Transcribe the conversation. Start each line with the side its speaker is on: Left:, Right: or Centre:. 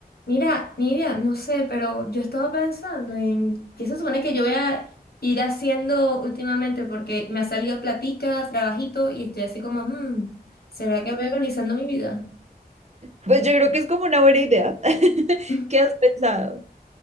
Left: Mira, Nidia, no sé, pero yo estaba pensando en qué se supone que yo voy a ir haciendo últimamente porque me ha salido platica, trabajito y estoy así como, "Mm, ¿será que voy organizando mi vida?
Right: Pues yo creo que es como una buena idea. <laughs>
Left: <laughs>
Right: ¿Qué has pensado?